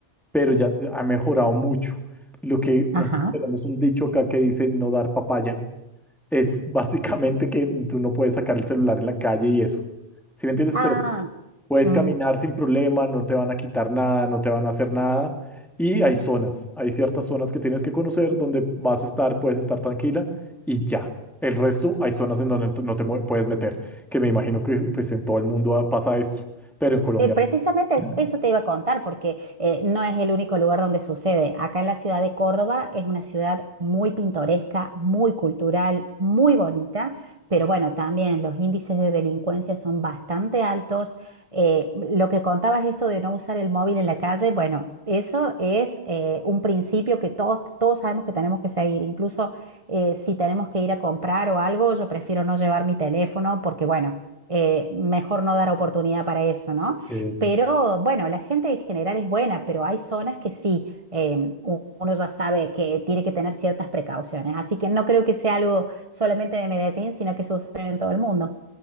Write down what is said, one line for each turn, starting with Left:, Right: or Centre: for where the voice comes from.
Centre: pero ya ya ha mejorado mucho. Lo que nosotros
Right: Ajá.
Centre: tenemos un dicho acá que dice no dar papaya, es básicamente que tú no puedes sacar el celular en la calle y eso. ¿Sí me entiendes?
Right: Ah,
Centre: Pero Puedes
Right: mm,
Centre: caminar sin problema, no te van a quitar nada, no te van a hacer nada. Y hay zonas, hay ciertas zonas que tienes que conocer donde vas a estar, puedes estar tranquila y ya. El resto, hay zonas en donde tú no te mue- puedes meter, que me imagino que pues, en todo el mundo ah, pasa esto, pero en Colombia.
Right: Eh, precisamente
Centre: <clears throat>
Right: eso te iba a contar, porque eh, no es el único lugar donde sucede. Acá en la ciudad de Córdoba es una ciudad muy pintoresca, muy cultural, muy bonita, pero bueno, también los índices de delincuencia son bastante altos. Eh, lo que contabas esto de no usar el móvil en la calle, bueno, eso es eh, un principio que todos, todos sabemos que tenemos que seguir. Incluso eh, si tenemos que ir a comprar o algo, yo prefiero no llevar mi teléfono porque bueno, eh, mejor no dar oportunidad para eso, ¿no?
Centre: Eh,
Right: Pero bueno, la gente en general es buena, pero hay zonas que sí, em, u- uno ya sabe que tiene que tener ciertas precauciones. Así que no creo que sea algo solamente de Medellín, sino que sucede en todo el mundo.